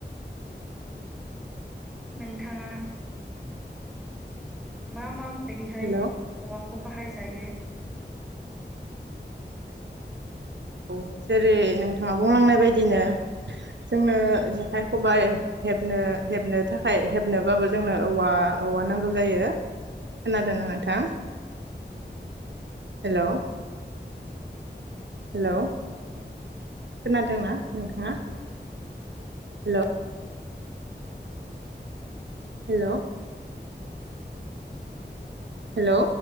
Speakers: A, in the centre; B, on the right (about 75°).
A: नोंथाङा मा माव बायदिहाय
B: हेल'
A: वाक खौ बाहायजायो
B: औ जेरै नोंथाङा बुंलांनाय बायदिनो जोंनो जेखाइ, खबाइ हेबनो हेबनो थाखाय हेबनोबाबो जोंनो औवा औवा नांगौ जायो। खोनादोंना नोंथां? हेल' हेल' खोनादोंना नोंथाङा हेल' हेल' हेलौ